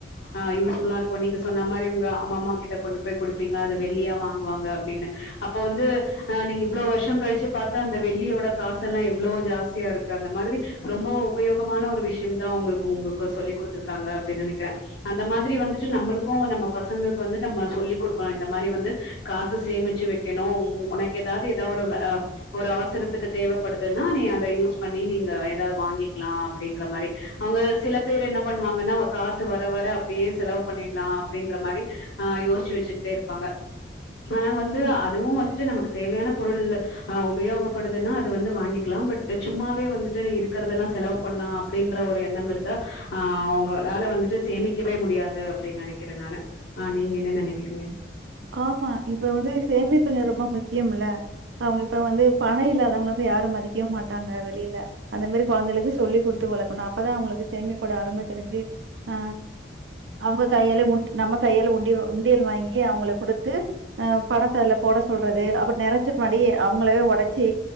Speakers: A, on the left; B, on the right.
A: ஆ யூஸ்ஃபுல்லா இருக்கு நீங்க சொன்ன மாரி உங்க அம்மம்மா கிட்ட கொண்டு போய் குடுப்பீங்க அது வெள்ளியா வாங்குவாங்க அப்டின்னு அப்ப வந்து அ நீங்க இவ்ளோ வருஷம் கழிச்சு பாத்தா அந்த வெள்ளியோட காசெல்லா எவ்ளோ ஜாஸ்தியாருக்கு அந்த மாதிரி ரொம்ப உபயோகமான ஒரு விஷ்யம் தா ஒங்களுக்கு ஒங்குக்கு சொல்லிக் குடுத்துருக்காங்க அப்டி நெனக்குறே அந்த மாதிரி வந்துட்டு நம்மளுக்கு நம்ம பசங்களுக்கு வந்து நம்ம சொல்லி் குடுக்கணு இந்த மாரி வந்து காசு சேமிச்சு வெக்கணு உனக்கு எதாது ஏதாவது அ ஒரு அவசரத்துக்கு தேவப்படுதுன்னா நீ அத யூஸ் பண்ணி நீங்க ஏதாவ வாங்கிக்லா அப்டீன்ற மாரி அவுங்க சில பேர் என்ன பண்ணுவாங்கன்னா காசு வர வர அப்டியே செலவு பண்ணிறலா அப்டீன்ற மாரி ஆ யோசிச்சு வச்சுக்கிட்டே இருப்பாங்க ஆனா வந்து
B: ம்,
A: அதுவு வந்துட்டு நமக் தேவயான பொருள் உபயோகப்படுதுன்னா அத வந்து வாங்கிக்லா பட் சும்மாவே வந்துட்டு இருக்கிறதெல்லா செலவு பண்லா அப்டீன்ற ஒரு எண்ணம் இருந்தா ஆ அவுங்களால வந்துட்டு சேமி க்கவே முடியாது அப்டின் நெனக்கிறே நானு ஆ நீங்க என்ன நெனக்குறீங்க
B: ஆமா இப்ப வந்து சேமிப்பு ரொம்ப முக்கியம் இல்ல அவுங்க இப்ப வந்து பண இல்லாதவங்க வந்து யாரும் மதிக்கே மாட்டாங்க வெளியில அந்த மாரி கொழந்தைகளுக்கு சொல்லி குடுத்து வளக்கணு அப்பதா அவுங்களுக்கு சேமிப்போட அரும தெரிஞ்சு ஆ அவூங்க கையால உண் நம்ம கையால உண்டி உண்டியல் வாங்கி அவுங்களுக்கு குடுத்து அ பணத்தால போட சொல்றது அப்பறோ நெரச்ச புன்னாடி அவுங்களே ஒடச்சி